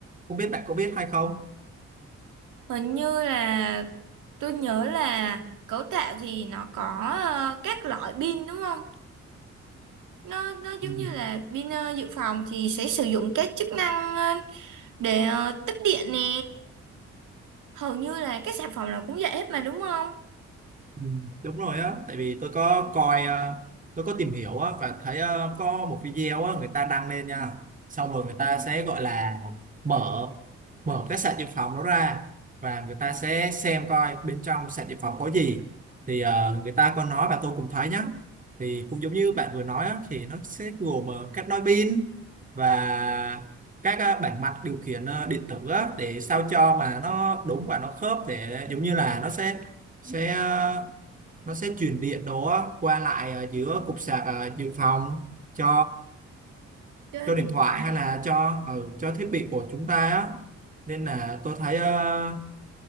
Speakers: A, on the right; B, on the right.
A: không biết bạn có biết hay không
B: Hình như là tôi nhớ là cấu tạo thì nó có ờ, các loại pin đúng không? nó nó giống
A: Ừ.
B: như là pin ờ, dự phòng thì sẽ sử dụng cái chức năng ờ, để ờ, tích điện nè hầu như là các sản phẩm nào cũng vậy hết mà đúng không
A: Ừ, đúng rồi á tại vì tôi có coi ờ, tôi có tìm hiểu á và thấy ờ, có một video á người ta đăng lên nha xong rồi người ta sẽ gọi là mở mở cái sạc dự phòng đó ra và người ta sẽ xem coi bên trong sạc dự phòng có gì thì ờ, người ta có nói và tôi cũng thấy nhá thì cũng giống như bạn vừa nói á thì nó sẽ gồm ờ, các nối pin và các ờ, bảng mạch điều khiển ờ, điện tử á để sao cho mà nó đúng và nó khớp để giống như là nó sẽ sẽ ờ, nó sẽ truyền điện đó qua lại ờ, giữa cục sạc ờ, dự phòng cho
B: cho
A: cho
B: điện
A: điện thoại
B: thoại
A: hay là cho ừ, cho thiết bị của chúng ta á nên là tôi thấy ờ,